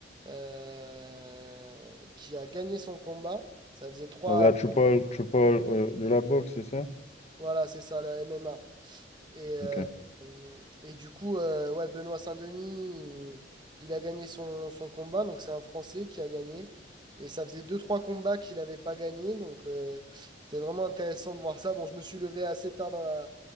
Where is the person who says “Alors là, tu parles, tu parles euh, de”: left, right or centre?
Left